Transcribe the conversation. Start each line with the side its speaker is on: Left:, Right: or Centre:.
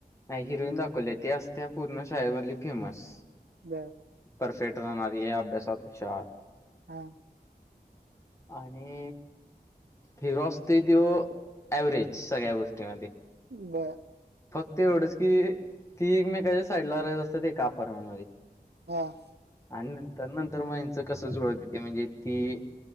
Left: नाही हिरोईन दाखवले ते असत पूर्ण शाळेमधली फेमस
Right: बरं,
Left: परसेत राहाणारीये, अभ्यासात हुशार.
Right: हां,
Left: आणि.. हिरो आसतंय त्यौ, ॲव्हरेज सगळ्या गोष्टीमध्ये.
Right: ब.
Left: फक्त एवढंच की, ती एकमेकच्या साईडला राहत असत्यात. एका अपार्टमेंटमध्ये.
Right: आ.
Left: आणि नंतर नंतर मगचं कस जुळतथे म्हणजे ती